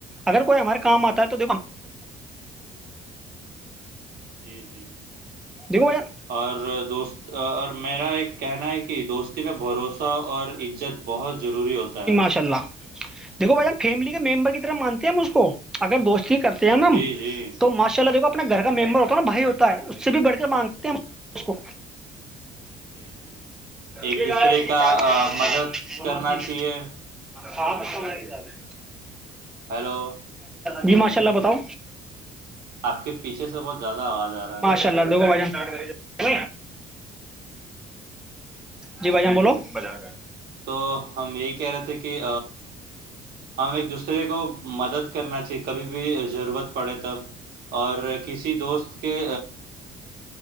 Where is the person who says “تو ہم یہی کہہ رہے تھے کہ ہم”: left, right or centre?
Right